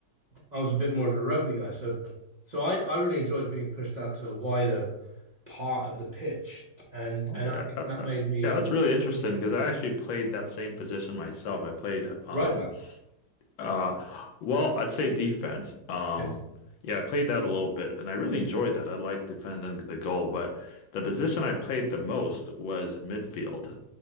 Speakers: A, on the right; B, on the left.
A: I was a bit more of a rugby guy, so so I I really enjoyed being pushed out to a wider part of the pitch, and
B: Okay.
A: and I
B: Uh,
A: think
B: uh,
A: that
B: uh,
A: made me
B: yeah,
A: um,
B: that's really interesting because I actually played that same position myself. I played um
A: right back.
B: uh well, I'd say defense. Um
A: Yeah.
B: yeah, I played that a little bit and I really enjoyed that. I like defending the goal, but the position I played the most was midfield.